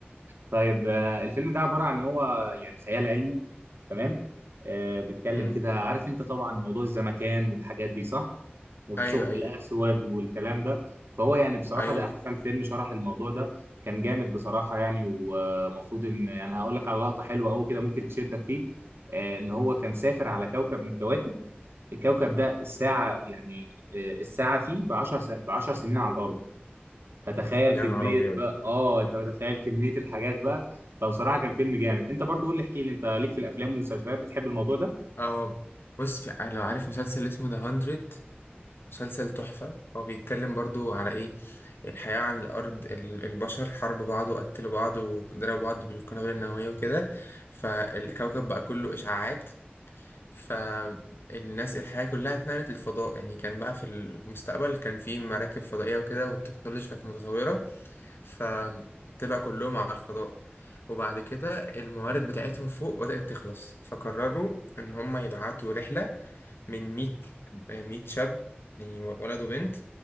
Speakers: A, on the right; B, on the left.
A: طيب آه، الفيلم ده عبارة عن ان هو يعني خيال علمي تمام آه بيتكلم
B: امم
A: كده عارف انت طبعا موضوع الزمكان والحاجات دي صح والثقب
B: ايوه ايوه
A: الاسود والكلام ده فهو يعني بصراحة
B: ايوه
A: ده احسن فيلم شرح الموضوع ده كان جامد بصراحة يعني ومفروض ان انا هقول لك على لقطة حلوة قوي كده ممكن تشدك فيه آه ان هو كان سافر على كوكب من الكواكب الكوكب ده الساعة يعني آه الساعة فيه ب 10 ب 10 سنين على الارض فتخيل
B: يا
A: كمية
B: نهار ابيض
A: بقى اه انت متخيل كمية الحاجات بقى فبصراحة كان فيلم جامد انت برضو قول لي احكي لي انت ليك في الافلام والمسلسلات بتحب الموضوع ده
B: اه بص في... لو عارف مسلسل اسمه ذا 100 مسلسل تحفه هو بيتكلم برضو على ايه الحياه على الارض ال- البشر حاربوا بعض وقتلوا بعض وضربوا بعض بالقنابل النوويه وكده فالكوكب بقى كله اشعاعات فالناس الحياة كلها اتنقلت للفضاء يعني كان بقى في المستقبل كان في مراكب فضائية وكده والتكنولوجيا كانت متطورة فطلع كلهم على الفضاء وبعد كده الموارد بتاعتهم فوق بدأت تخلص فقرروا إن هم يبعتوا رحلة من 100 100 شاب يعني ولد وبنت